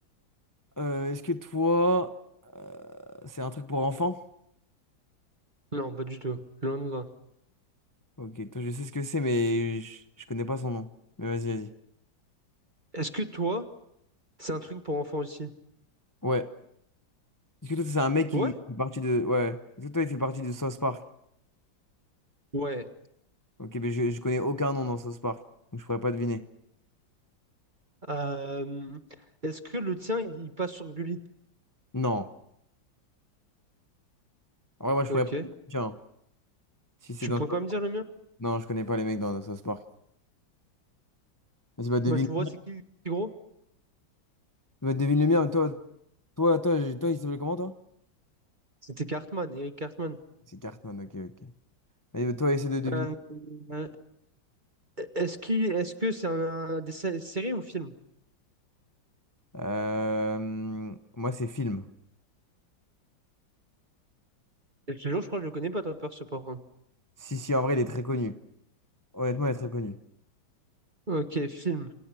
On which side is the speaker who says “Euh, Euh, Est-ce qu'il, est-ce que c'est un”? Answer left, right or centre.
Right